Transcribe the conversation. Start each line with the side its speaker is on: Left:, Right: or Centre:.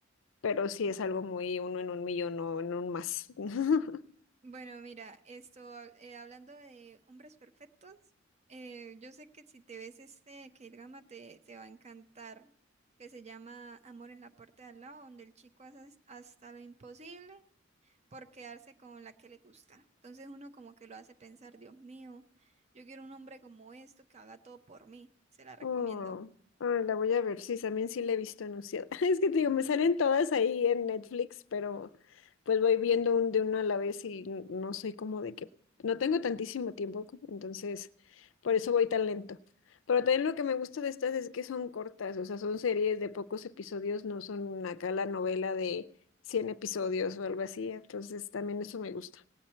Left: pero sí es algo muy uno en un millón o en un más. <laughs>
Right: Bueno, mira, esto eh, hablando de hombres perfectos, eh, yo sé que si te ves este K-drama te, te va a encantar, que se llama Amor en la puerta de al lado, donde el chico hace hasta lo imposible por quedarse con la que le gusta. Entonces uno como que lo hace pensar, Dios mío, yo quiero un hombre como esto que haga todo por mí, se la recomiendo.
Left: Oh, ah, la voy a ver, sí, también sí la he visto anunciada. <laughs> Es que te digo, me salen todas ahí en Netflix, pero pues voy viendo un, de uno a la vez y n- no soy como de que, no tengo tantísimo tiempo, co- entonces por eso voy tan lento. Pero también lo que me gusta de estas es que son cortas, o sea, son series de pocos episodios, no son acá la novela de 100 episodios o algo así, entonces también eso me gusta.